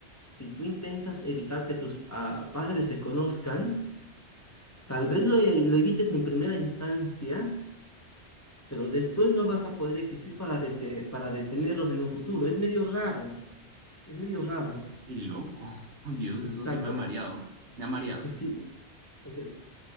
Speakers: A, on the left (about 15°); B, on the right (about 80°).
A: si tú intentas evitar que tus ah, padres se conozcan, tal vez lo, e- lo evites en primera instancia, pero después no vas a poder existir para, dete- para detenerlos en un futuro. Es medio raro, es medio raro.
B: Qué loco. <laughs> Dios,
A: Exacto.
B: eso sí me ha mareado. Me ha mareado.
A: Eh, Sí, porque